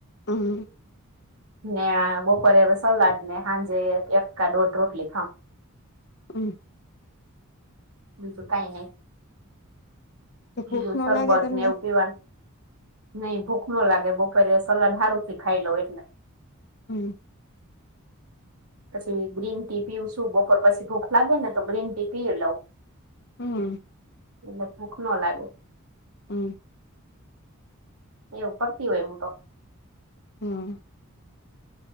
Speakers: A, on the left; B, on the right.
A: અમ્મ.
B: ને આ બપોરે અવે સલાદ ને હાંજે એક કા દોઢ રોટલી ખાઉ.
A: <inaudible>
B: બીજું કાય નય,
A: તો
B: બીજું
A: ભૂખ ન
B: સરબત
A: લાગે તમને
B: ને એવું પીવાન નઈ ભૂખ નો લાગે, બોપરે સલાડ હારું થી ખાઈ લઉ એટલે
A: <inaudible>
B: પછી ગ્રીન ટી પીવું છું બપોર પસી ભૂખ લાગે ને તો ગ્રીન ટી પીય લઉ
A: હમ
B: એટલે ભૂખ નો લાગે.
A: <inaudible>
B: એવું કરતી હોય હું તો.
A: હમ્મ.